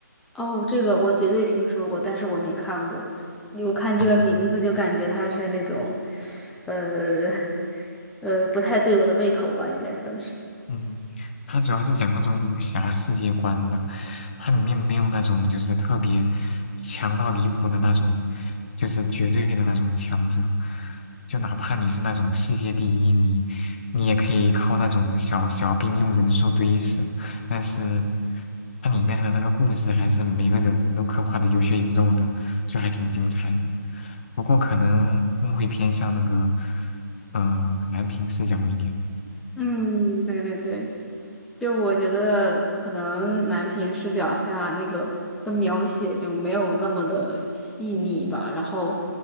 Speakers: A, in the centre; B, on the left.
A: 哦，这个我绝对听说过，但是我没看过。我看这个名字就感觉它是那种，
B: 哦。
A: 呃 <laughs> 呃，不太对我的胃口吧，应该算是。
B: 嗯，它主要是讲那种武侠世界观的，它里面没有那种就是特别强到离谱的那种，就是绝对的那种强者，就哪怕你是那种世界第一，你你也可以靠那种小小兵用人数堆死，但是它里面的那个故事还是每个人都刻画的有血有肉的，就还挺精彩的。不过可能更会偏向那个，呃，男频视角一点。
A: 嗯，对对对。就我觉得可能男频视角下那个它的描写就没有那么的细腻吧，然后